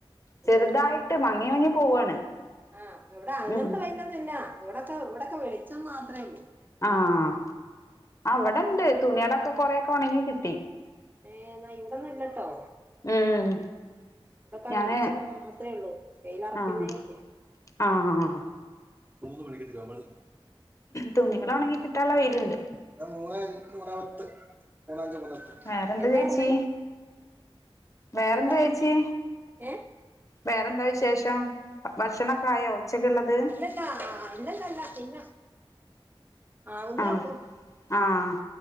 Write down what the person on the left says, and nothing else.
ചെറുതായിട്ട്
മങ്ങി മങ്ങി പോവാണ്.
ഉം
ആഹ് അവിടെണ്ട് തുണിയളൊക്കെ കൊറേക്കെ ഒണങ്ങി കിട്ടി.
ഉം
ഞാന്
ആഹ് ആഹ്
തുണികളൊണെങ്ങി കിട്ടാള്ള വെയിലുണ്ട്.
വേറെന്ത്‌
ചേച്ചി?
വേറെന്ത
ചേച്ചി?
വേറെന്താ വിശേഷം? ഭക്ഷണൊക്കെ ആയോ ഉച്ചക്ക്ള്ളത്?
ആഹ്
ആഹ്